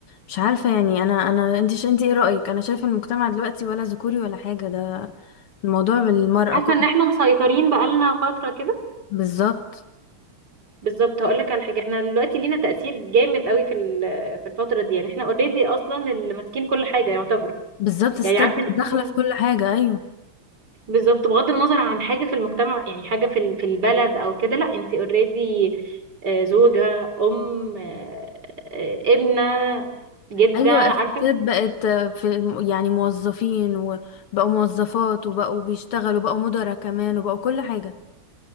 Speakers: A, on the left; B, on the right.
A: مش عارفة يعني انا انا انت انت ايه رأيك انا شايفة المجتمع دلوقتي ولا ذكوري ولا حاجة ده الموضوع بالمرأة
B: حاسة
A: كل
B: ان احنا مسيطرين بقالنا فترة كده
A: بالظبط
B: بالظبط هقولك على حاجة احنا دلوقتي لينا تأثير جامد قوي في ال- في الفترة دي يعني احنا اوريدي اصلا اللي ماسكين كل حاجة يعتبر
A: بالظبط الستات
B: يعني عارفة
A: بقت
B: انت
A: داخلة
B: مثلا
A: في كل حاجة أيوة
B: بالظبط بغض النظر عن حاجة في المجتمع يعني حاجة في ال- في البلد أو كده لأ أنت اوريدي زوجة أم آه، آه، ابنة جدة
A: أيوة
B: عارفة
A: الستات بقت في يعني موظفين وبقوا موظفات وبقوا بيشتغلوا بقوا مدراء كمان وبقوا كل حاجة